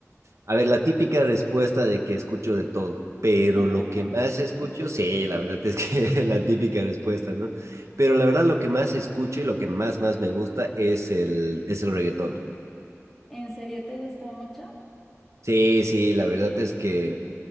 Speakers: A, on the right; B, in the centre.
A: A ver, la típica respuesta de que escucho de todo, pero
B: <laughs>
A: lo que más escucho, sí, la verdad es que <laughs> la típica respuesta, ¿no? Pero la verdad lo que más escucho y lo que más, más me gusta es el, es el reggaetón.
B: ¿En serio te gusta mucho?
A: Sí, sí, la verdad es que